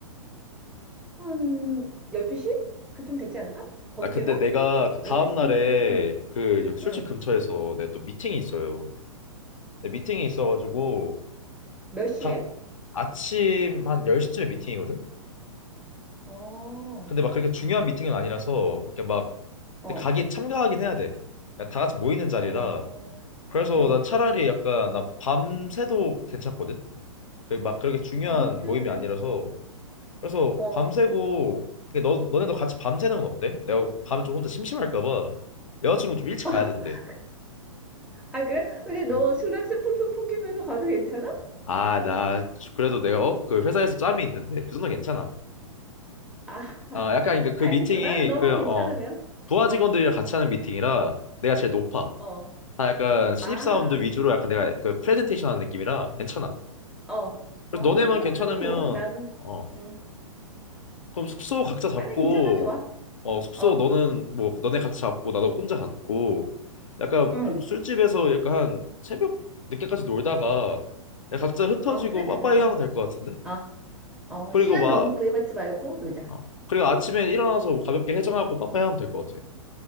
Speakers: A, in the centre; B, on the left (about 70°).
A: 한 12시? 그쯤 되지 않을까? 더
B: 아
A: 늦게
B: 근데
A: 가?
B: 내가 그 다음
A: 12시쯤?
B: 날에
A: 응,
B: 그 여기 술집
A: 응.
B: 근처에서 내가 또 미팅이 있어요. 근데 미팅이 있어가지고
A: 몇 시에?
B: 딱 아침 한 10시쯤에 미팅이거든?
A: 어,
B: 근데 막 그렇게 중요한 미팅은 아니라서 이렇게 막
A: 어,
B: 근데 가긴 참가하긴 해야 돼. 그다 같이 모이는 자리라.
A: 어,
B: 그래서
A: 응.
B: 난 차라리 약간 난 밤새도 괜찮거든. 그막 그렇게 중요한
A: 어, 그래,
B: 모임이
A: 그래.
B: 아니라서 그래서
A: 어.
B: 밤새고 이게 너 너네도 같이 밤새는 건 어때? 내가 밤에 좀 혼자 심심할까 봐 여자친구 좀 일찍
A: <laughs>
B: 가야 된대.
A: 아, 그래? 근데 너
B: 음.
A: 술 냄새 풀풀 풍기면서 가도 괜찮아?
B: 아, 나 그래도 내가 어? 그 회사에서 짬이 있는데 그 정도 는 괜찮아.
A: 아, <laughs>
B: 아, 약간 그러니까 그
A: 알겠어.
B: 미팅이
A: 나는 너만
B: 그어
A: 괜찮으면.
B: 부하
A: 어,
B: 직원들이랑 같이 하는 미팅이라 내가 제일 높아.
A: 어.
B: 다 약간 신입사원들
A: 아.
B: 위주로 약간 내가 그 프레젠테이션 하는 느낌이라 괜찮아.
A: 어,
B: 그래서
A: 어,
B: 너네만
A: 그러면
B: 괜찮으면
A: 뭐, 나는,
B: 어
A: 음,
B: 그럼 숙소 각자 잡고
A: 나는 괜찮아, 좋아.
B: 어 숙소
A: 어,
B: 너는 뭐 너네 각자 잡고 나도 혼자 잡고 약간
A: 응,
B: 뭐 술집에서 약간 한 새벽 늦게까지 놀다가 그냥 각자 흩어지고
A: 어, 그러자,
B: 빠빠이
A: 그러자.
B: 하면 될 것 같은데?
A: 어, 어,
B: 그리고
A: 시간
B: 막
A: 너무 구애받지 말고 놀자.
B: 어, 그리고 아침에 일어나서 뭐 가볍게 해장하고 빠빠이 하면 될 것 같아.